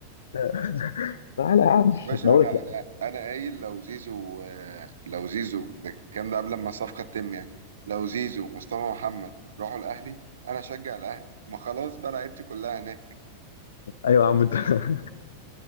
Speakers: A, on the left; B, on the right.
A: <laughs> تعالى يا عم
B: باشا
A: انا اقول
B: انا
A: لك لا
B: انا انا قايل لو زيزو آه، لو زيزو ده الكلام ده قبل ما الصفقه تتم يعني لو زيزو ومصطفى محمد راحوا الاهلي انا اشجع الاهلي ما خلاص بقى لعيبتي كلها هناك
A: ايوه يا عم انت <laughs>